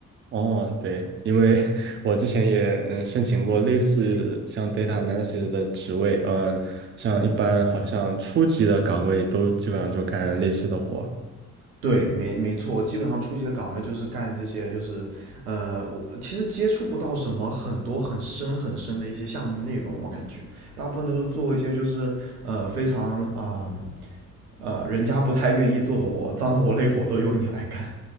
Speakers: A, on the right (about 25°); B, on the right (about 80°).
A: 哦，对，因为 <laughs> 我之前也嗯申请过类似像 data analysis 的职位，呃，像一般好像初级的岗位都基本上就干类似的活儿
B: 对，没没错，基本上初级的岗位就是干这些，就是呃，我其实接触不到什么很多很深很深的一些项目内容，我感觉大部分都是做一些就是呃非常啊呃人家不太愿意做的活，脏活累活都由你来干。